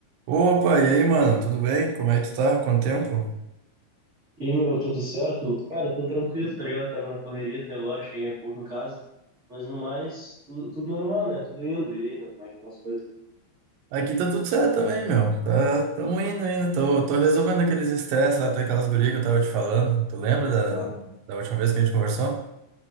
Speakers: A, on the right (about 80°); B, on the right (about 25°).
A: Opa, e aí, mano? Tudo bem? Como é que tu tá? Quanto tempo?
B: E aí, meu, tudo certo? Cara, tô tranquilo, tá ligado? Tava na correria até agora, cheguei há pouco em casa. Mas no mais, tudo, tudo normal, né? Tudo indo. E aí, meu, como é que estão as coisas?
A: Aqui tá tudo certo também, meu. Tá, tamo indo ainda. Tô, tô resolvendo aqueles estresses lá daquelas gurias que eu tava te falando. Tu lembra da,
B: Ah,
A: da última vez que a gente conversou?